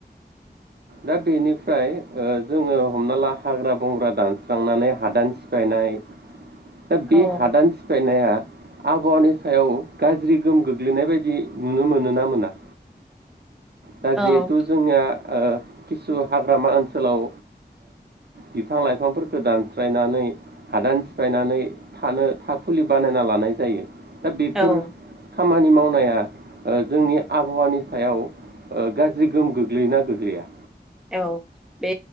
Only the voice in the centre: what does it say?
औ
औ
औ
औ बे